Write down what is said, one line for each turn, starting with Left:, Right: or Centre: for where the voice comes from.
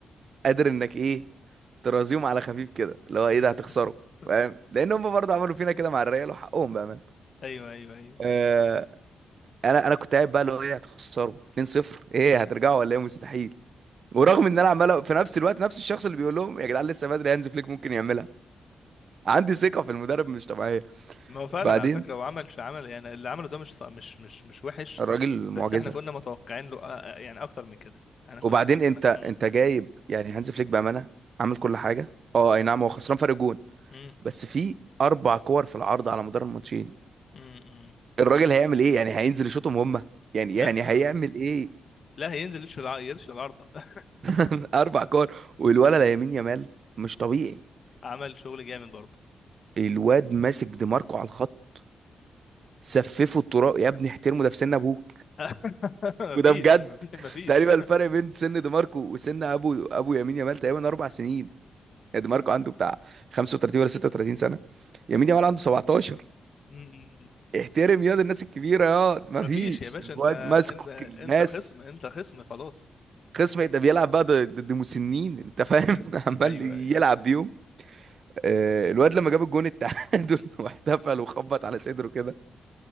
Right: قادر انك ايه ترازيهم على خفيف كده اللي هو ايه
Left: <laughs>
Right: ده هتخسره فاهم لان هم برضه عملوا فينا كده مع الريال وحقهم بقى من
Left: ايوه ايوه ايوه
Right: آه انا انا كنت قاعد بقى اللي هو ايه هتخسروا 2-0 ايه هترجعوا ولا ايه مستحيل ورغم ان انا عمال في نفس الوقت نفس الشخص اللي بيقول لهم يا جدعان لسه بدري هانز فليك ممكن يعملها عندي ثقة في المدرب مش طبيعية
Left: ما هو فعلا
Right: بعدين
Left: على فكره هو عمل ش- عمل يعني اللي عمله ده مش ص- مش مش مش وحش
Right: الراجل معجزة
Left: بس احنا كنا متوقعين له آه، آه، يعني اكتر من كده احنا كنا
Right: وبعدين
Left: متوقعين
Right: انت انت جايب يعني هانز فليك بأمانة عامل كل حاجة اه اي نعم هو خسران فرق جون
Left: امم
Right: بس في اربع كور في العرض على مدار الماتشين
Left: امم امم
Right: الراجل هيعمل ايه يعني هينزل يشوطهم هما يعني
Left: لا
Right: يعني
Left: ما
Right: هيعمل ايه
Left: لا هينزل يرش الع- يرش العارضه <laughs>
Right: <laughs> اربع كور والولد لامين يامال مش طبيعي
Left: عمل شغل جامد برضه
Right: الواد ماسك دماركو على الخط سففه الطراق يا ابني احترمه ده في سن ابوك
Left: <laughs> مفيش
Right: وده بجد
Left: مفيش مفيش
Right: تقريبا
Left: <laughs>
Right: الفرق بين سن دماركو وسن ابو ابو يمين يامال تقريبا اربع سنين يعني دماركو عنده بتاع 35 ولا 36 سنه يمين يامال عنده 17
Left: مم.
Right: احترم ياض الناس الكبيره ياض مفيش
Left: مفيش يا باشا
Right: الواد
Left: انت
Right: ماسكك
Left: انت
Right: الناس
Left: انت خصم انت خصم خلاص
Right: خصم ده بيلعب بقى ضد ضد مسنين انت فاهم <laughs> عمال
Left: ايوه
Right: يلعب
Left: ايوه
Right: بيهم آه، الواد لما جاب الجون التعادل <laughs> واحتفل وخبط على صدره كده